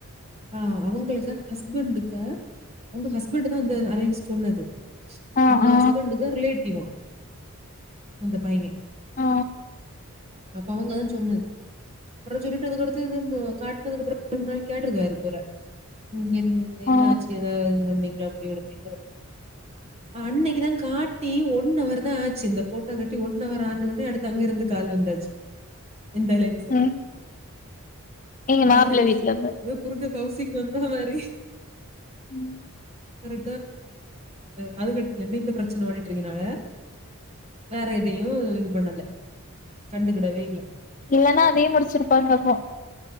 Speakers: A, on the right; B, on the left.
A: ஆ அவங்களுக்கா ஹஸ் ஹஸ்பண்டுக்க ஒங்க ஹஸ்பண்ட் தா அந்த அலைன்ஸ் சொன்னது
B: ஆ
A: அவங்க
B: ஆ
A: ஹஸ்பெண்ட்டுதா டிடக்டிவா அந்த பைய
B: ஆ
A: அப்ப அவங்கதா சொன்னது அப்புற சொல்லிட்டு அதுக்கடுத்து காட்டனதுக்கு அப்புற முன்னடி கேட்டிருக்காரு போல ம் என்ன என்ன
B: ஆ
A: ஆச்சு ஏதாவது பண்ணீங்கலா அப்டி விட அன்னைக்குதா காட் காட்டி ஒன் அவர் தா ஆச்சு இந்த போட்டோ காட்டி ஒன் அவர் ஆனொன்னே அடுத்து அங்க இருந்து கால் வந்தாச்சு இந்தலன்ஸ்சு
B: ம் எங்க
A: பாரு
B: மாப்பிள்ள வீட்ல இருந்து
A: ஏதோ குறுக்க கௌசிக் வந்தா மாரி
B: ம்
A: க்குரு அ <unintelligible> சின்ன ஒலி க்கினால வேற எதையு இது பண்ணல கண்டுக்கிடவே இல்ல
B: இல்லன்னா அதயே முடிச்சிருப்பா இப்போ